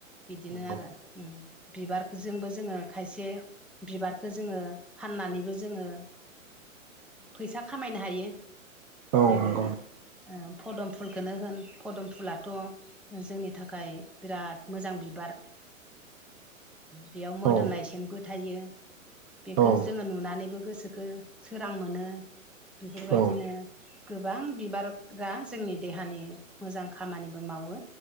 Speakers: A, in the centre; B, on the right.
A: बिदिनो
B: नंगौ
A: आरो बिबारजोंबो जोङो खायसे बिबारखो जोङो फाननानै बो जोङो फैसा खामायनो हायो
B: औ
A: जेरै
B: नंगौ
A: फदम फुलखोनो होन फदम फुलाथ' जोंनि थाखाय बिराद मोजां बिबार बेयाव मोदोमनाय
B: औ
A: सेनबो थायो बेखो
B: औ
A: जोङो नुनानैबो गोसोखो सोरां मोनो बेफोरबायदिनो
B: औ
A: गोबां बिबारा जोंनि देहानि मोजां खामानिबो मावो